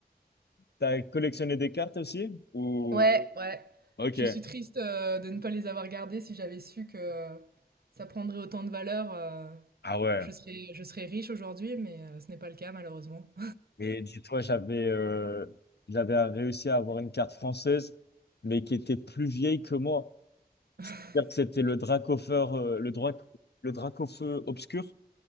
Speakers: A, on the left; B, on the right.
A: T'as collectionné des cartes aussi? Ou...
B: Ouais, ouais.
A: Ok.
B: Je suis triste euh, de ne pas les avoir gardés. Si j'avais su que euh, ça prendrait autant de valeur, euh,
A: Ah ouais.
B: je serais, je serais riche aujourd'hui, mais euh, ce n'est pas le cas malheureusement.
A: Et dis-toi, j'avais euh, j'avais réussi à avoir une carte française, mais qui était plus vieille que moi.
B: <laughs>
A: C'est-à-dire que c'était le Dracofeu, euh, le, Drac... le Dracofeu obscur.